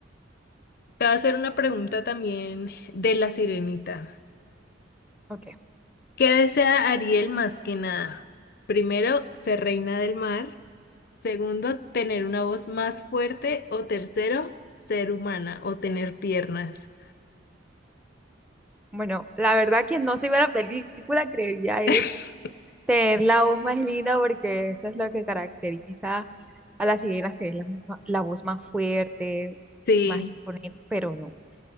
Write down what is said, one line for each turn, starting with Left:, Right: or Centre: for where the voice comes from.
Left: Te voy a hacer una pregunta también de La Sirenita.
Centre: Ok.
Left: ¿Qué desea Ariel más que nada? Primero, ser reina del mar. Segundo, tener una voz más fuerte. O tercero, ser humana o tener piernas.
Centre: Bueno, la verdad quien no se vio la película creería es
Left: <laughs>
Centre: tener la voz más linda porque eso es lo que caracteriza a las sirenas, tener la, misma- la voz más fuerte,
Left: Sí,
Centre: más imponente, pero no.